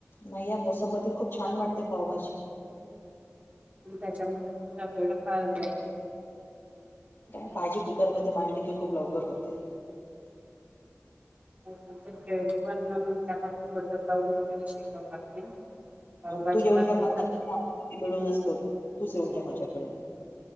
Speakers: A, on the left; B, on the right.
A: नाही या मोसममध्ये खूप छान वाटते पावभाजी.
B: आणि त्याच्यामध्ये तुझा वेळ फार जाईल.
A: काय भाजी कुकरमध्ये मांडली की खूप लवकर होते.
B: हो पण तेरे पण त्याला पण बटर लावून वगैरे शेकाव लागतय ना. पावभाजीला
A: हं, तू येऊन ज्या
B: वेळ
A: माझ्याकडे
B: लागत नाही.
A: आपण दोघी मिळूनच करू, तूच येऊन जा्या माझ्याकडे,